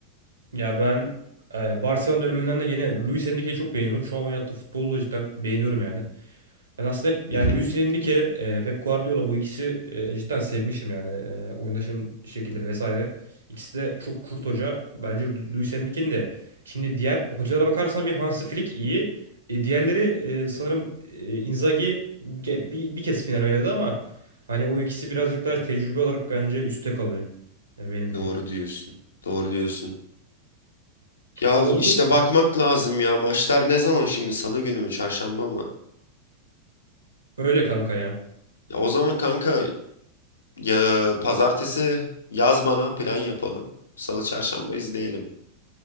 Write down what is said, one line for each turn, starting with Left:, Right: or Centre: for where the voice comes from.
Right: Ya ben e, Barcelona döneminden de yine Luis Enrique'yi çok beğeniyordum. Şu an oynattığı futbolu da cidden beğeniyorum yani. Ben aslında hep yani
Left: Hı hı.
Right: Luis Enrique, e, Pep Guardiola bu ikisi e, cidden sevmiştim yani e, oynaşım şekilleri vesaire. İkisi de çok kurt hoca. Bence Luis Enrique'nin de şimdi diğer hocalara bakarsan bir Hansi Flick iyi. E, diğerleri e, sanırım e, Inzaghi ge- bir, bir kez final oynadı ama hani o ikisi birazcık daha tecrübe olarak bence üstte kalıyor. Yani benim düşüncem.
Left: Doğru diyorsun. Doğru diyorsun. Ya
Right: Olduk
Left: işte bakmak lazım ya. Maçlar ne zaman şimdi? Salı günü mü, çarşamba mı?
Right: öyle kanka ya.
Left: Ya o zaman kanka ya pazartesi yaz bana plan yapalım. Salı çarşamba izleyelim.